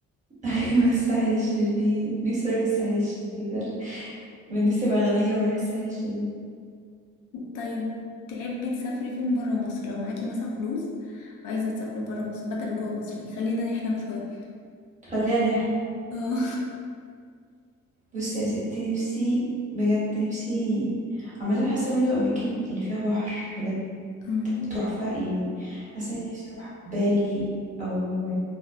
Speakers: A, on the right (about 25°); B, on the left (about 80°).
A: <laughs> ايوه الساحل الشرير نفسي اروح الساحل الشرير ده من نفسي ابقى غنية واروح الساحل الشرير
B: طيب تحبي تسافري فين برا مصر لو معاكي مثلا فلوس وعايزه تسافري برا مصر بدل جوا مصر يعني خلينا نحلم شويه
A: خلينا نحلم
B: اه
A: بصي يا ستي نفسي بجد نفسي عامة حاسة برضو أماكن اللي فيها بحر بجد
B: <laughs>
A: تحفة يعني حاسة إني نفسي أروح بالي أو